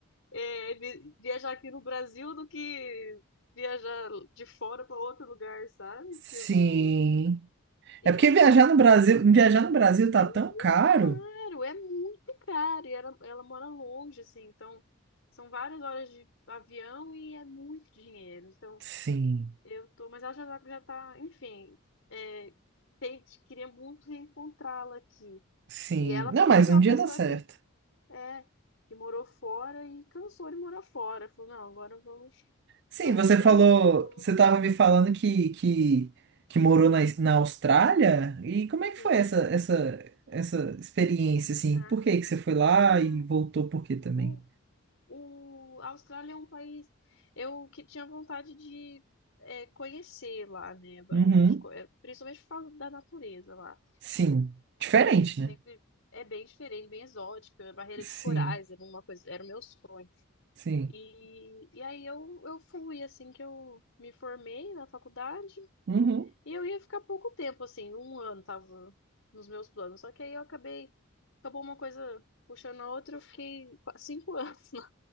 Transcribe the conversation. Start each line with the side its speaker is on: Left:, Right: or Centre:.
Left: é, vi- viajar aqui no Brasil do que viajar de fora para outro lugar, sabe?
Right: Sim.
Left: Tipo, então
Right: É porque viajar no Brasil, viajar no Brasil tá
Left: é
Right: tão
Left: muito
Right: caro.
Left: caro, é muito caro. E ela, ela mora longe, assim, então são várias horas de avião e é muito dinheiro. Então
Right: Sim.
Left: eu tô, mas ela já tá, já tá, enfim, é, tem- queria muito reencontrá-la aqui.
Right: Sim.
Left: E ela
Right: Não,
Left: também
Right: mas
Left: foi
Right: um
Left: uma
Right: dia
Left: pessoa
Right: dá certo.
Left: que É, que morou fora e cansou de morar fora. Falou, não, agora vamos,
Right: Sim,
Left: vamos
Right: você
Left: pro Brasil
Right: falou,
Left: um pouco.
Right: você estava me falando que, que, que morou na, na Austrália? E como é que
Left: Sim.
Right: foi essa, essa, essa experiência, assim?
Left: É.
Right: Por que que você foi lá
Left: Ah,
Right: e voltou por quê também?
Left: o, o, a Austrália é um país eu que tinha vontade de é, conhecer lá, né, a barreira
Right: Uhum,
Left: de, co- é, principalmente por causa da natureza lá.
Right: sim. Diferente,
Left: Sempre
Right: né?
Left: é bem diferente, bem exótica. A barreira
Right: Sim,
Left: de corais era uma coisa, era o meu sonho.
Right: sim.
Left: E, e aí eu, eu fui assim que eu me formei na faculdade.
Right: Uhum.
Left: E eu ia ficar pouco tempo, assim, um ano tava nos meus planos. Só que aí eu acabei, acabou uma coisa puxando a outra, eu fiquei qua- cinco <laughs> anos. lá.